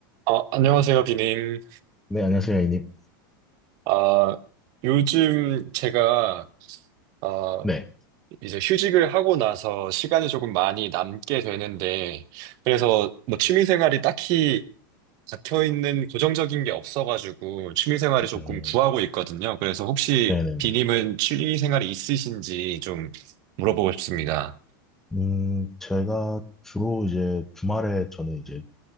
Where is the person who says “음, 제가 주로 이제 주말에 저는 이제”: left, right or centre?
Centre